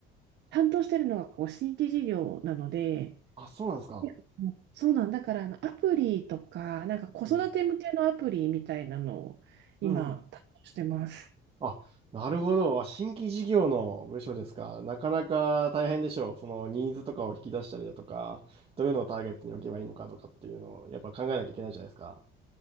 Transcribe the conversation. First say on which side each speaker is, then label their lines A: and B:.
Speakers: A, on the right; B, on the right.
A: 担当してるのがこう新規事業なので、
B: あ、そうなんですか。
A: でそうなんだからあのアプリとか、なんか子育て向けのアプリみたいなのを今担当してます。
B: うん。うんうん。あ、なるほど。あ、新規事業の部署ですか。なかなか大変でしょう。そのニーズとかを引き出したりだとか、どういうのをターゲットに置けばいいのかとかっていうのをやっぱ考えなきゃいけないじゃないですか。